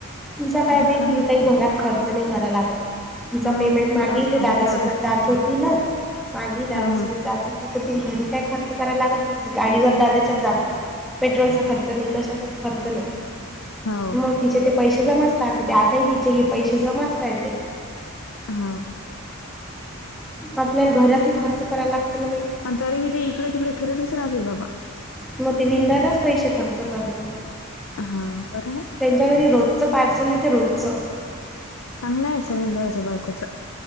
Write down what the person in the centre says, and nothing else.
तिचा
काय बाई
तिला काही घरात खर्च नाइ कराय लागत. तिचा
पेमेंट
मागे ते
दाद
सोबत जात होती ना मागे दादासोबत
जात हो तिथं ति घरी काय खर्च करायला लागत होती तर गाडीवर दादाच्या जात होती. पेट्रोलचा खर्च नाइ कशाचाच खर्च नाइ.
मग तिचे ते पैसे जमाच राहत होते आताही तिचे हे पैसे जमाच राहतेत.
आपल्याला घरातही खर्च करायला लागत ना बाई.
मग ती विधाचच पैसे खर्च करते.
तेच्या घरी रोजचं पार्सल येतय रोजचं.